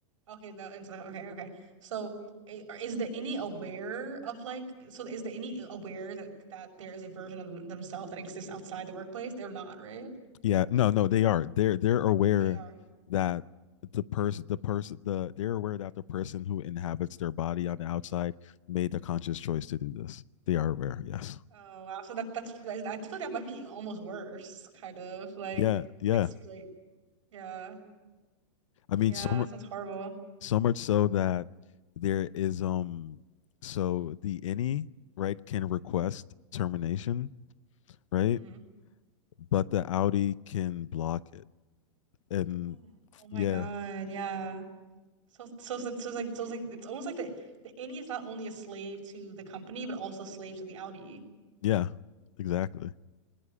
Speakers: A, on the right (about 85°); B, on the left (about 80°).
A: Okay, the intellect. Okay, okay. So, i- are- is the any aware of like? So, is the any aware that that there is a version of them- themselves that exists outside the workplace? They're not, right?
B: Yeah. No, no, they are. They're they're aware
A: Or they are.
B: that the person the person the they're aware that the person who inhabits their body on the outside made the conscious choice to do this. They are aware, yes.
A: Oh wow. So that that's that is- I feel like that might be almost worse, kind of like,
B: Yeah, yeah.
A: ex- like yeah,
B: I mean,
A: yeah.
B: some
A: That sounds horrible.
B: so much so that there is um so the any right can request termination right
A: hmm
B: but the audi can block it and
A: Yeah. Oh my
B: yeah
A: God, yeah. So so so so it's like so it's like it's almost like the the innie is not only a slave to the company but also a slave to the outie.
B: yeah exactly